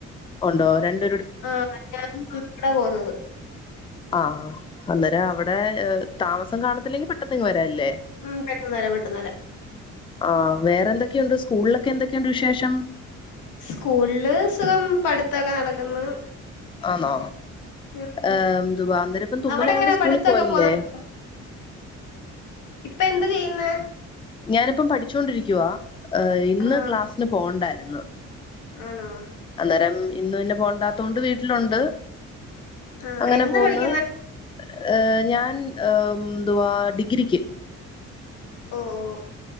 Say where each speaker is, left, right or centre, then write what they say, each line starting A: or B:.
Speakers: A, on the left; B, on the left.
A: ഉണ്ടോ രണ്ട്..
B: ആഹ് ഞാനും <unintelligible> പോന്നത്.
A: ആഹ് അന്നരം അവിടെ താമസം കാണത്തില്ലെങ്കിൽ പെട്ടെന്നിങ് വരാല്ലേ.
B: ഉം പെട്ടെന്ന് വരാം പെട്ടെന്ന് വരാം.
A: ആഹ് വേറെ എന്തൊക്കെയുണ്ട് സ്കൂളിലൊക്കെ എന്തൊക്കെയുണ്ട് വിശേഷം.
B: സ്കൂളില് സുഖം പഠിത്തൊക്കെ നടക്കുന്നു.
A: ആന്നോ
B: ഉം ഉം
A: ഏഹ് എന്തുവാ നിനക്ക് തുമ്മലായോണ്ട്
B: അവിടെ എങ്ങനെ
A: സ്കൂളിൽ
B: പഠിത്തൊക്കെ
A: പോയില്ലേ.
B: പോന്നുണ്ടോ ഇപ്പ എന്ത് ചെയ്യുന്ന..
A: ഞാനിപ്പം പഠിച്ചോണ്ടിരിക്കുവാ ഇന്ന്
B: ആ
A: ക്ലാസിന് പോണ്ടായിരുന്നു.
B: ആണോ.
A: അന്നരം ഇന്ന് പിന്നെ പോണ്ടാത്തതൊണ്ട് വീട്ടിലുണ്ട്.
B: ആ
A: അങ്ങനെ
B: എന്താ
A: പോന്ന്
B: പഠിക്കുന്നെ
A: ഏഹ് ഞാൻ ഏഹ് എന്തുവാ ഡിഗ്രിക്ക്.
B: ഓ ഓ..